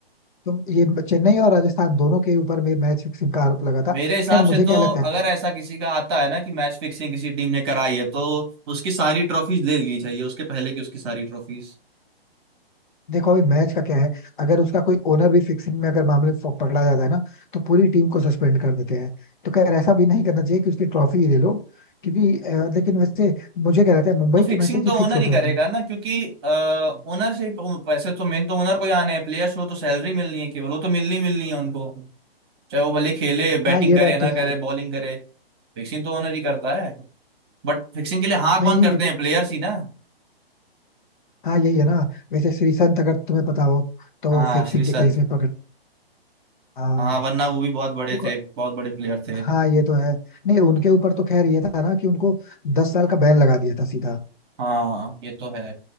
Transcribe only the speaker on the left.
तुम ये चेन्नई और राजस्थान दोनों के ऊपर में मैच फिक्सिंग का आरोप लगा था
खैर
मुझे
क्या लगता है
ना
देखो अभी मैच का क्या है अगर उसका कोई ओनर भी फिक्सिंग में अगर मामले फ- पकड़ा जाता है ना तो पूरी टीम को सस्पेंड कर देते हैं तो खैर ऐसा भी नहीं करना चाहिए कि उसकी ट्रॉफी ही ले लो क्योंकि अ, लेकिन वैसे मुझे क्या लगता है मुंबई
के मैचेस ही
फिक्स
होते
होंगे
हाँ ये
बात
तो
है
नहीं
नहीं
लेकिन
हाँ यही है ना वैसे श्रीसंत अगर तुम्हें पता हो तो
फिक्सिंग
के केस में पकड़ हाँ
देखो
हाँ ये तो है नहीं उनके ऊपर तो खैर ये था ना कि उनको दस साल का बैन लगा दिया था सीधा